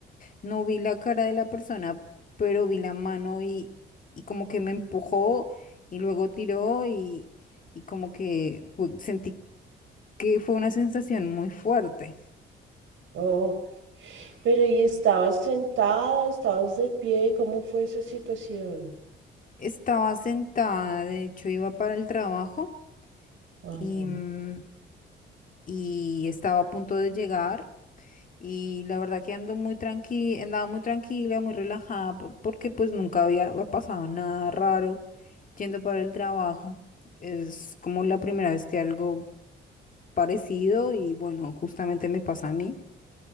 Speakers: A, on the left; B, on the right.
A: no vi la cara de la persona, pero vi la mano y, y como que me empujó y luego tiró y, y como que fue- sentí que fue una sensación muy fuerte.
B: Ah, Pero ¿y estabas sentada, estabas de pie? ¿Cómo fue esa situación?
A: Estaba sentada, de hecho iba para el trabajo
B: Ajá.
A: y, mm, y estaba a punto de llegar Y la verdad que ando muy tranquila, andaba muy tranquila, muy relajada, po- porque pues nunca había había pasado nada raro yendo para el trabajo. Es como la primera vez que algo parecido y bueno, justamente me pasa a mí.